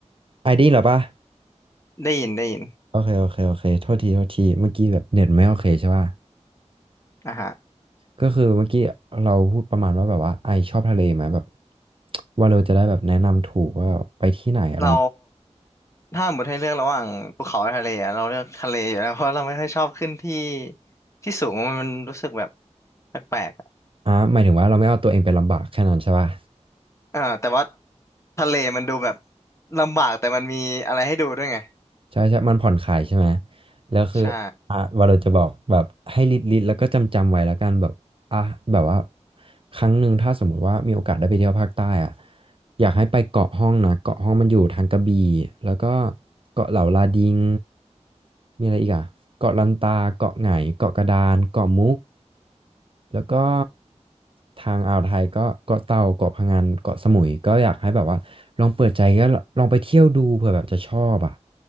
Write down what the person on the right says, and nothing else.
ไอดีเหรอปะ
โอเคโอเคโอเคโทษทีโทษทีเมื่อกี้แบบเน็ตไม่โอเคใช่ป่ะ
ก็คือเมื่อกี้เราพูดประมาณว่าแบบว่าไอชอบทะเลไหมแบบว่าเราจะได้แบบแนะนำถูกว่าไปที่ไหนอะไร
อ่าหมายถึงว่าเราไม่เอาตัวเองไปลำบากแค่นั้นใช่ป่ะ
ใช่ใช่ มันผ่อนคลายใช่ไหม แล้วคืออ่ะวาเราจะบอกแบบให้ลิดลิดแล้วก็จำจำไว้แล้วกันแบบ
อ่ะแบบว่าครั้งหนึ่งถ้าสมมุติว่ามีโอกาสได้ไปเที่ยวภาคใต้อ่ะอยากให้ไปเกาะห้องนะเกาะห้องมันอยู่ทางกระบี่แล้วก็เกาะเหล่าลาดิงมีอะไรอีกอ่ะเกาะลันตาเกาะไหงเกาะกระดานเกาะมุกแล้วก็ทางอ่าวไทยก็เกาะเต่าเกาะพะงันเกาะสมุยก็อยากให้แบบว่าลองเปิดใจก็ลองไปเที่ยวดูเผื่อแบบจะชอบอ่ะ